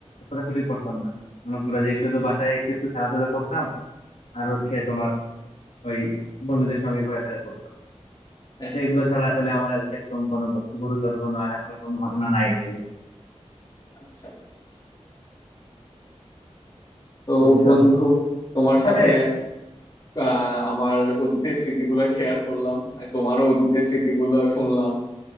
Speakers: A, on the left; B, on the left.
A: ছোটাছুটি করতাম না মনে করো যে শুধু বাসায় একটু একটু খেলাধুলা করতাম আর হচ্ছে তোমার ওই বন্ধুদের সঙ্গে ঘোরাফেরা করতাম
B: হ্যাঁ।
A: তো এগুলো ছাড়া আসলে আমার আর সেরকম কোনো ব- গুরুতর কোনো আঘাত পাওয়ার কোনো ঘটনা নাই আসলে
B: আচ্ছা তো
A: বুঝছো
B: বন্ধু তোমার
A: তাহলে
B: সাথে আহ, আমার অতীতের স্মৃতিগুলো শেয়ার করলাম আর তোমারও অতীতের স্মৃতিগুলো শুনলাম